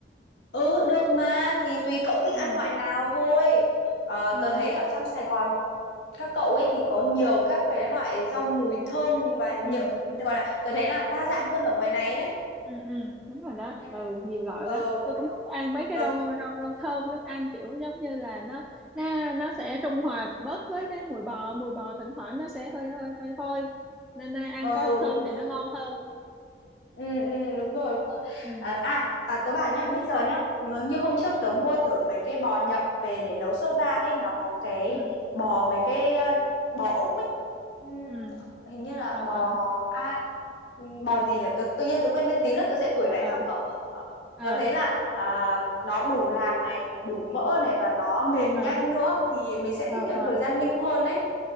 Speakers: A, on the left (about 80°); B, in the centre.
A: Ừ được mà thì tùy cậu thích
B: ừ
A: ăn loại nào thôi ờ,
B: ừ
A: tớ thấy ở trong Sài Gòn các cậu ấy thì có nhiều các cái loại rau mùi thơm và
B: ừ
A: nhựa tớ gọi là tớ thấy là đa dạng hơn ở ngoài này đấy
B: ừ ừ đúng rồi đó
A: Ừ, ừ.
B: ừ nhiều loại
A: ừ
B: lắm tôi
A: đó
B: cũng thích ăn mấy cái
A: ừ
B: rau rau rau thơm lắm ăn kiểu giống như là nó nó nó sẽ trung hòa bớt với cái mùi bò mùi bò thỉnh thoảng nó sẽ hơi hơi hơi hôi nên à, ăn
A: ừ
B: có rau thơm
A: đúng rồi
B: thì nó ngon hơn
A: Ừ, ừ, đúng rồi đúng rồi
B: ừ
A: à, à, à tớ bảo nhá bây giờ nhá ngờ- như hôm trước tớ mua thử mấy cái bò nhập về để nấu sốt vang ấy nó có cái
B: ừ
A: bò mấy cái à, bò Úc ấy Ừm,
B: ừ
A: hình như là
B: ờ ờ
A: bò a ừm, bò gì nhỉ tớ, tự nhiên tớ quên tên tí nữa tớ sẽ gửi
B: ờ
A: lại
B: ờ
A: cho cậu Ờ,
B: ờ
A: tớ thấy là à, nó đủ lạc này đủ mỡ này và nó mềm
B: ờ
A: nhanh nữa thì mình sẽ
B: ờ
A: tiết kiệm
B: ờ.
A: thời gian ninh hơn đấy